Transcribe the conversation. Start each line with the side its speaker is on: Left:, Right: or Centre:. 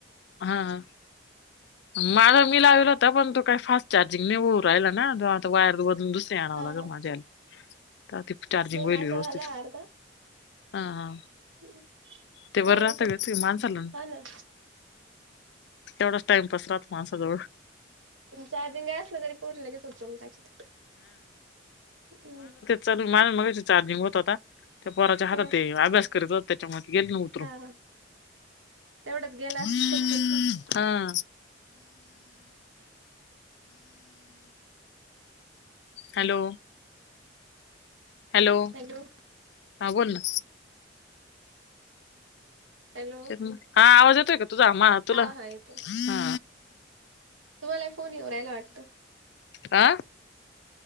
Left: हा.. माझा मी लाविला तर पण तो काय फास्ट चार्जिंग नाही होत. पाहिले ना तो वायर बदलून दुसरी आणावं
Right: हा
Left: लागेल
Right: हा
Left: माझ्या ह्याला का ते चार्जिंग
Right: नाही
Left: होईल
Right: माझा
Left: व्यवस्थित,
Right: झालाय अर्धा
Left: हा.. हा..
Right: <inaudible>
Left: ते
Right: तेवढ्यात
Left: वर राहतं का ते माणसांना
Right: हा ना
Left: तेवढाच टाइमपास राहतो माणसाजवळ
Right: चार्जिंग काय असलं तरी पोर लगेच उचलून टाकीत, ह्..
Left: चालेल माझ मघाशी चार्जिंग होत होता ते पोराच्या हातात
Right: हा
Left: ते अभ्यास करीत होता त्याच्यामध्ये गेली उतरून
Right: हा तेवढ्यात गेला
Left: <unintelligible>
Right: असेल उतरून तो
Left: हा.. अ.. हॅलो! हॅलो!
Right: हॅलो!
Left: हा बोल ना
Right: हॅलो!
Left: हा.. आवाज येतोय का तुझा आ तुला,
Right: हा हा येतोय
Left: हा..
Right: तुम्हाला फोन येऊ राहिला वाटतं.
Left: अ..